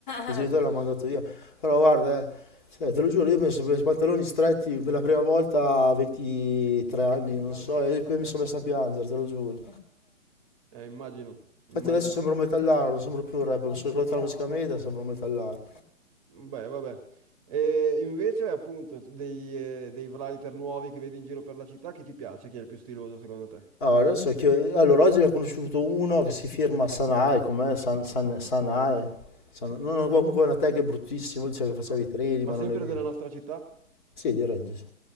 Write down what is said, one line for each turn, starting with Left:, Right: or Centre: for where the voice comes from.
Left: il <laughs> genitore l'ha mandato via. Però guarda, eh, cioè, te lo giuro, io ho messo i pantaloni stretti per la prima volta a 23 anni, non so, e poi mi sono messo a piangere, te lo giuro.
Right: Eh, immagino,
Left: Infatti
Right: immagino.
Left: adesso sembro un metallaro, non sembro più un rapper, mi sono rivolto alla musica media, sembro un metallaro.
Right: Beh, vabbè. E invece, appunto, dei, eh, dei writer nuovi che vedi in giro per la città, chi ti piace? Chi è il più stiloso secondo te?
Left: Allora, adesso che- allora, oggi ne ho conosciuto uno che si firma Sanae, com'è? San- San- Sanae? San- no, no, comunque una tag bruttissima, dice che faceva
Right: Mm.
Left: i treni,
Right: Ma
Left: ma
Right: sempre
Left: non è vero.
Right: della nostra città?
Left: Sì, direi di sì.